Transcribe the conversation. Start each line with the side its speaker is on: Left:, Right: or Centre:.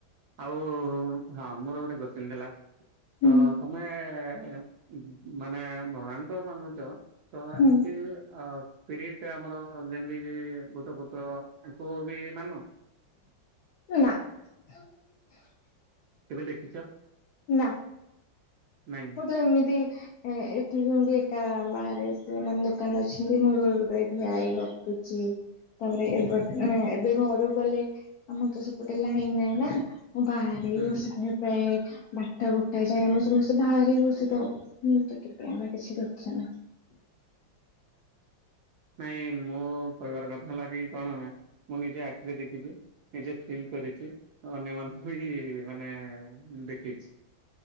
Right: ଆଉ-ଉ-ଉ-ଉ ହଁ ମୋର ଗୋଟେ କୋଶ୍ଚିନ୍ ଥିଲା
Left: ହୁଁ
Right: ତ <unintelligible> ମାନେ ଭଗବାନ ତ ମାନୁଛ। ତ ଏମିତି
Left: ହୁଁ
Right: ଆସ୍ ସ୍ପିରିଡ଼୍ ତ ଆମର ଯେମିତିକି-ଇ-ଇ-ଈ ଭୂତଫୁତ ଆଙ୍କୁ ବି ମାନ?
Left: ନା, <inaudible>
Right: କେବେ ଦେଖିଚ?
Left: ନା।
Right: ନାଇଁ
Left: ମୁଁ ତ ଏମିତି ଏ ଏଠି ଯେମିତି ଏକା ବାହାରେ ସେମାନେ ଦୋକାନ ଅଛନ୍ତି। ମୁଁ ରୋଡ ଉପରେ ଠିଆ ହେଇ ଗପୁଚି। ତାପରେ ଏବଟ ଏଁ ଏବେ ଘରୁକୁ ଗଲେ ଆମର ତ ସେପଟେ ଲାଇନ ନାହିଁ ନା, ମୁଁ ବାହାରେ
Right: ହୁଁ
Left: ହିଁ ବସିିଥାଏ
Right: ହୁଁ
Left: ପ୍ରାଯ ଏ ବାରଟା ଗୋଟେ ଯାଏ ଆମେ ସମସ୍ତେ ବାହାରି ହିଁ ବସିଥାଉ ମୁଁ ତ କେବେ ଆମେ କିଛି <unintelligible>
Right: ନାଇଁ ମୁଁ କହିବାର କଥା ହେଲା କି କଣ ନା ମୁଁ ନିଜେ ଆଖିରେ ଦେଖିଛି। ନିଜେ ଫିଲ୍ କରିଛି ଅନ୍ୟମାନଙ୍କୁ ବି ମାନେ-ଏ-ଏ-ଏ ଦେଖେଇଛି।